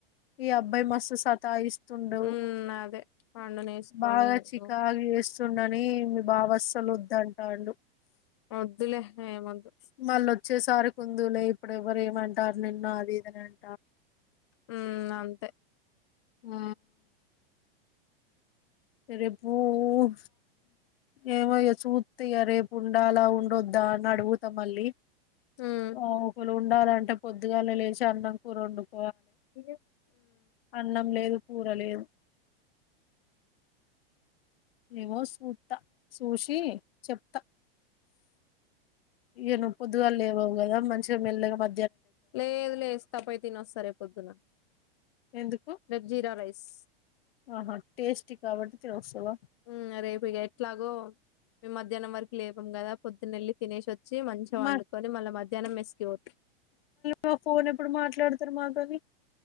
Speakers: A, on the left; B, on the left.
A: ఈ అబ్బాయి మస్తు సతాయిస్ స్తుండు.
B: ఉమ్ అదే పండునేసుకొని
A: బాగా చికాకు
B: ఉమ్
A: చేస్తుండని మీ బావ ఆస్సలు వద్దు అంటండు.
B: ఆ వద్దులే ఏమోద్దు
A: మళ్ళ వచ్చేసారి కి ఉందువు లే ఇప్పుడే ఎవరూ ఏమంటారు. నిన్ను ఆది ఇది అని
B: హ్ అంతే
A: హ్ రేపు ఓ ఏమో ఇగ చూత్త ఇగ రేపు ఉండాలా ఉండొద్దా అని అడుగుతా మళ్ళీ
B: ఉమ్
A: ఓ ఒకలు ఉండాలంటే పొద్దుగాల్లే లేచి అన్నం కూర వండుకో
B: మ్
A: అన్నం లేదు కూర లేదు ఏవో చూతా చూషి చెప్తా ఇయనువ్ పొద్దుగోలే లేవవు కదా మం మల్లేగా మ
B: లేదు లేదుస్త తప్పై తిని వస్తా రేపొద్దున
A: ఎందుకు
B: <unintelligible> జీరా రైస్
A: ఆహా టేస్టీ కాబట్టి తెలుస్తువా
B: ఉమ్ రేపు ఇగ ఎట్లాగో మేము మధ్యాహ్నం వరకు లేపము కదా పొద్దునెళ్లి తినేసి వచ్ వచ్చి మంచిగా
A: మ
B: వండుకొని మళ్ళ మ మధ్యాహ్నం మెస్ కి పొ
A: మా ఫోన్ ఎప్పుడు మాట్లాడతారు మాతొని